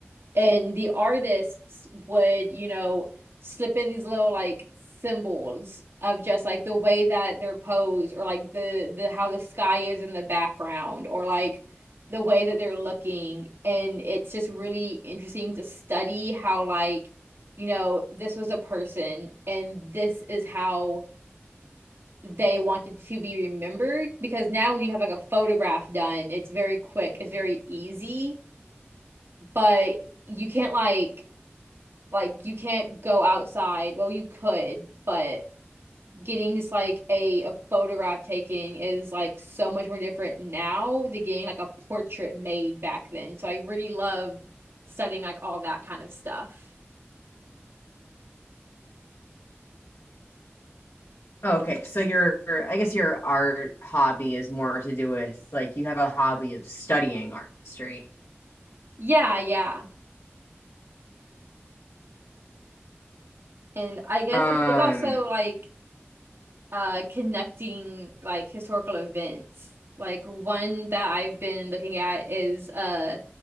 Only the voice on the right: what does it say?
and the artists would, you know, slip in these little like symbols of just like the way that they're posed or like the the how the sky is in the background or like the way that they're looking and it's just really interesting to study how like you know this was a person and this is how they wanted to be remembered because now when you have like a photograph done it's very quick it's very easy but you can't like like you can't go outside. Well, you could, but getting just like a, a photograph taken is like so much more different now than getting like a portrait made back then. So I really love studying like all that kind of stuff.
Yeah, yeah. And I guess
it's, it's also like uh connecting like historical events. Like one that I've been looking at is uh